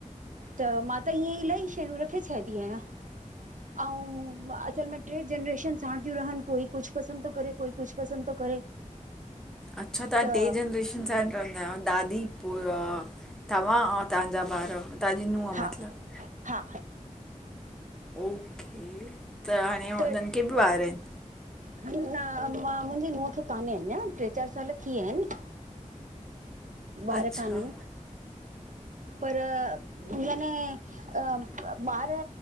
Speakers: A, on the right; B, in the centre.
A: त मां त इये इलाही शयूं रखे छॾींदी आहियां। अऊं असल में ट्रे जनरेशन साण थियूं रहनि, कोई कुझु पसंदि तो करे, कोई कुझु पसंदि तो करे।
B: अच्छा, तां
A: त
B: टे जनरेशन साण रंहदा आहियो। दादी पो तव्हां अऊं तव्हांजा ॿारु तव्हांजी नूंहुं
A: हा
B: मतिलबु
A: हा
B: ओके, त हाणे
A: त
B: हुननि खे बि ॿारु आहिनि?
A: न मां मुंहिंजी नुंहं खे कान्हे अञां, टे चारि साल थी विया आहिनि। ॿारु
B: अच्छा
A: काननि, पर याने अ ॿारु